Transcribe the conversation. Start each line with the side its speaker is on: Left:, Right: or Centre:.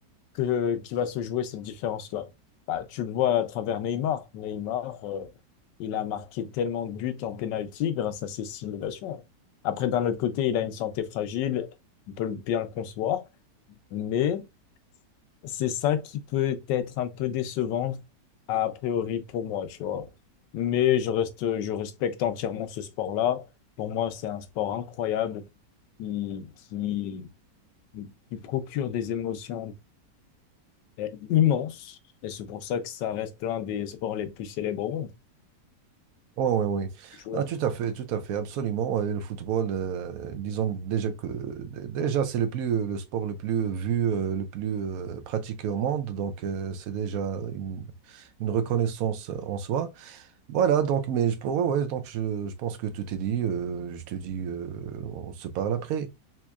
Left: que, qui va se jouer cette différence-là. Bah, tu le vois à travers Neymar. Neymar, euh, il a marqué tellement de buts en pénalty grâce à ses simulations. Après, d'un autre côté, il a une santé fragile, on peut bien le concevoir, mais c'est ça qui peut être un peu décevant a priori pour moi, tu vois. Mais je reste, je respecte entièrement ce sport-là. Pour moi, c'est un sport incroyable qui, qui, qui procure des émotions est immense et c'est pour ça que ça reste l'un des sports les plus célèbres au monde.
Right: Oui, oui, oui.
Left: Je-
Right: Ah, tout à fait, tout à fait, absolument. Et le football, euh, disons déjà que déjà c'est le plus le sport le plus vu, euh, le plus euh, pratiqué au monde. Donc euh, c'est déjà une, une reconnaissance en soi. Voilà, donc, mais je pourrais, ouais, donc je, je pense que tout est dit. euh, je te dis, euh, on se parle après.